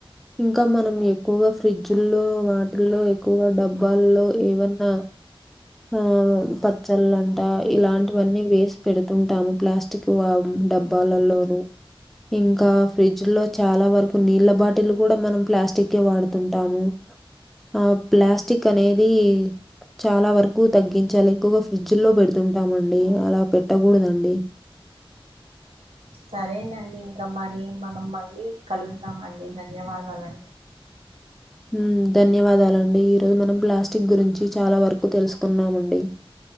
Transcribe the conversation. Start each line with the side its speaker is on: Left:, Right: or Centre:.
Centre: ఇంకా మనం ఎక్కువగా ఫ్రిడ్జ్ల్లో వా లో ఎక్కువగా డబ్బాల్లో ఏవన్నా ఆ పచ్చళ్ళంటా ఇలాంటివన్నీ వేస్ పెడుతుంటాము ప్లాస్టిక్ వ్ డబ్బాలల్లోనూ ఇంకా ఫ్రిడ్జ్ లో చాలా వరకు నీళ్ళ బాటిళ్లు కూడా మనం ప్లాస్టిక్ కే వాడుతుంటాము ఆ ప్లాస్టిక్ అనేది చాలా వరక్ క్కువ్ తగ్గించాలి ఎక్కువగా ఫ్రిడ్జ్ లో పెడుతుంటామండి అలా పెట్టకూడదండి
Right: సరేనండి ఇంకా మరి మనం మళ్ళీ కలుద్దామండి ధన్యవాదాలం
Centre: హ్మ్మ్ ధన్యవాదాలండి ఈరోజు మనం ప్లాస్టిక్ గురించి చాలా వరకు తెలుసుకున్నామండి